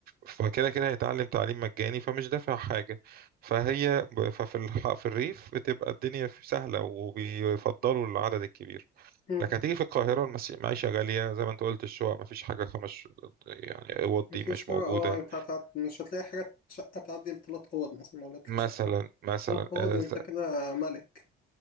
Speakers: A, on the right (about 65°); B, on the left (about 60°).
A: فكده كده هيتعلم تعليم مجاني فمش دافع حاجة فهي ب- ففي الح... في الريف بتبقى الدنيا في- سهلة وبيفضلوا العدد الكبير
B: م.
A: لكن هتيجي في القاهرة المس- المعيشة غالية زي ما انت قلت الشقق مفيش حاجة خمس ش- يعني اوض
B: مفيش
A: دي مش
B: حاجة
A: موجودة
B: اه انت هتعد... مش هتلاقي حاجة شقة تعدي لتلات أوض مثلا لو لقيتلك
A: مثلا
B: شقة
A: مثلا
B: تلات أوض
A: آه،
B: انت كده ملك